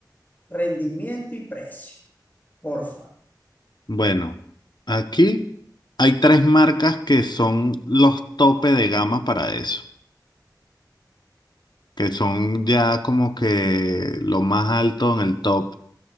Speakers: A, on the left (about 25°); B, on the left (about 70°).
A: rendimiento y precio, porfa.
B: Bueno, aquí hay tres marcas que son los tope de gama para eso, que son ya como que lo más alto en el top